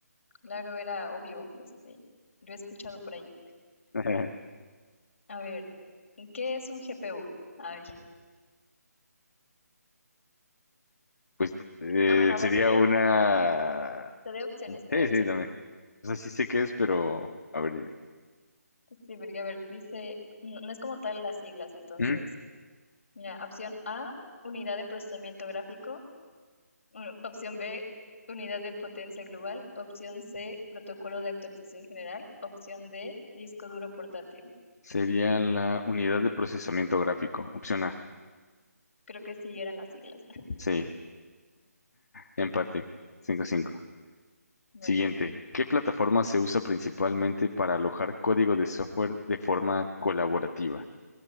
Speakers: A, on the left (about 45°); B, on the left (about 65°).
A: claro, era obvio, este, lo he escuchado por ahí.
B: <laughs>
A: A ver, ¿qué es un GPU? Ay,
B: Pues eh,
A: ah, bueno, a
B: sería
A: ver, te doy,
B: una...
A: te doy opciones, te
B: Sí,
A: doy opciones.
B: sí, dame. O sea, sí sé qué es, pero a ver, dime.
A: Sí, porque a ver, dice, no, no es como tal las siglas, entonces,
B: ¿Mm?
A: mira, opción A, unidad de procesamiento gráfico, u- opción B, unidad de potencia global, opción C, protocolo de actualización general, opción D, disco duro portátil.
B: Sería la unidad de procesamiento gráfico. Opción A.
A: Creo que sí eran las siglas.
B: Sí. Empate. Cinco, cinco.
A: <laughs> Vale.
B: Siguiente. ¿Qué plataforma se usa principalmente para alojar código de software de forma colaborativa?